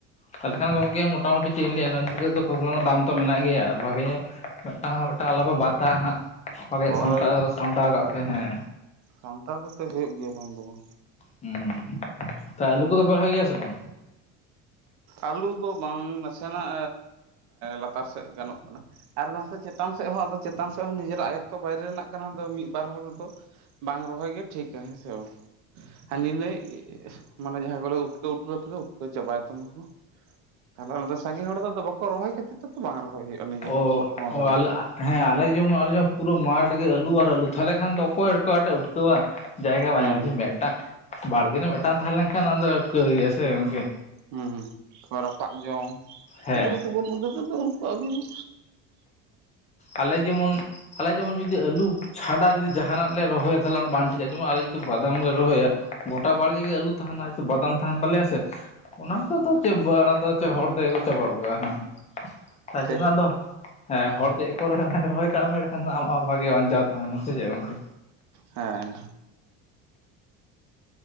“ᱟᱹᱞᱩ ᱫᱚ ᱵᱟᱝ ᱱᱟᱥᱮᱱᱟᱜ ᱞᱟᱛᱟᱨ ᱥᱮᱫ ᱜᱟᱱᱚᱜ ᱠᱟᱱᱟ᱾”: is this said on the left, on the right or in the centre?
Right